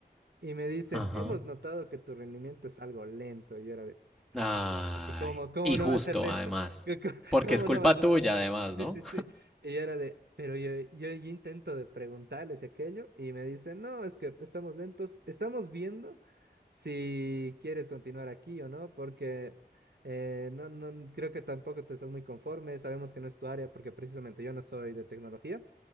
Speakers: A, on the right (about 75°); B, in the centre.
A: y me dicen,
B: Ajá.
A: hemos notado que tu rendimiento es algo lento. Y yo era de,
B: Ay.
A: es que cómo, cómo
B: Y
A: no
B: justo,
A: va a ser lenta,
B: además.
A: <laughs> ¿Cómo,
B: Porque
A: cómo
B: es culpa
A: no va a ser
B: tuya,
A: lenta?
B: además,
A: Sí,
B: ¿no?
A: sí, sí. Y yo era de, pero yo, yo, yo intento de preguntarles y aquello y me dicen, no, es que estamos lentos, estamos viendo si quieres continuar aquí o no, porque eh, no, no, creo que tampoco te estás muy conforme, sabemos que no es tu área, porque precisamente yo no soy de tecnología.